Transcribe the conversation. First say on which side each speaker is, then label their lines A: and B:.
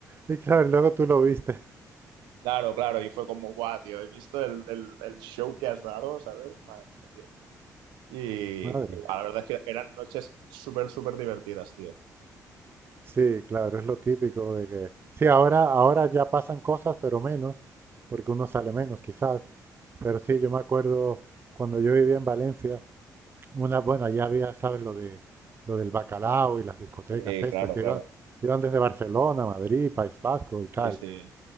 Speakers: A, on the right (about 30°); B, on the right (about 85°).
A: Y claro, luego tú lo viste.
B: Claro, claro, y fue como, guau, tío, he visto el, el- el show que has dado, ¿sabes? Madre mía, tío. Y,
A: Madre.
B: y, guau, la verdad es que eran noches súper, súper divertidas, tío.
A: Sí, claro, es lo típico de que, sí, ahora, ahora ya pasan cosas, pero menos, porque uno sale menos quizás, pero sí, yo me acuerdo cuando yo vivía en Valencia, una, bueno, ya había, ¿sabes? Lo de, lo del bacalao y las discotecas
B: Sí,
A: estas
B: claro,
A: que
B: claro.
A: iban, iban desde Barcelona, Madrid, País Vasco y tal.
B: Sí, sí.